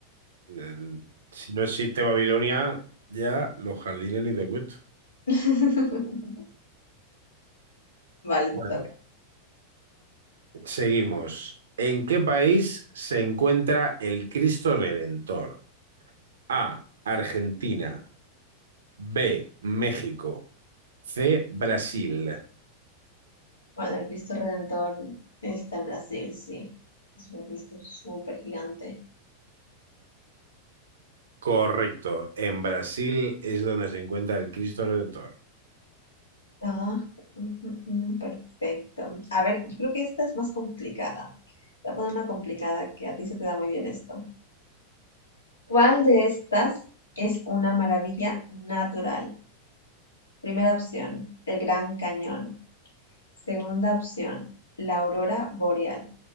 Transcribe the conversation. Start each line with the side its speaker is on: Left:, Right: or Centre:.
Right: eh, Si no existe Babilonia, ya los jardines ni te cuento.
Left: <laughs> Vale, te
Right: Bueno,
Left: toca.
Right: seguimos. ¿En qué país se encuentra el Cristo Redentor? A. Argentina. B, México. C, Brasil.
Left: Bueno, el Cristo Redentor está en Brasil, sí. Es un Cristo súper gigante.
Right: Correcto. En Brasil es donde se encuentra el Cristo Redentor.
Left: Ah, mm, mm, mm, perfecto. A ver, yo creo que esta es más complicada. Te voy a poner una complicada que a ti se te da muy bien esto. ¿Cuál de estas es una maravilla natural? Primera opción, el Gran Cañón. Segunda opción, la aurora boreal.